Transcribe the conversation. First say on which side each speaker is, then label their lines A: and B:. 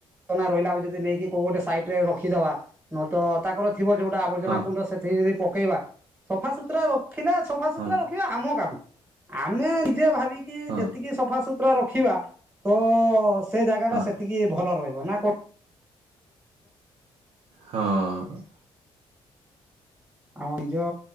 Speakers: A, on the right (about 15°); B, on the right (about 80°).
A: ତନ ରହିଲା ଯଦି ନେଇକି କୋଉ ଗୋଟେ ସାଇଟରେ ରଖିଦବା ନହେଲେ ତ ତାଙ୍କର ଥିବ ଯୋଉଟା ଆବର୍ଜନା
B: ହଁ
A: କୁଣ୍ଡ ସେଥିରେ ବି ଯଦି ପକେଇବା ସଫାସୁତୁରା ରଖିଲେ ସଫାସୁତୁରା
B: ହଁ
A: ରଖିବେ ଆମ କାମ ଆମେ ନିଜେ ଭାବିକି
B: ହଁ
A: ଯେତିକି ସଫାଶୁତ ତୁରା ରଖିବା ତ ସେ ଜାଗା
B: ହଁ
A: ଟା ସେତିକି ଭଲ ରହିବ ନା କ
B: ହଁ, ହଁ।
A: ଆମ ନିଜ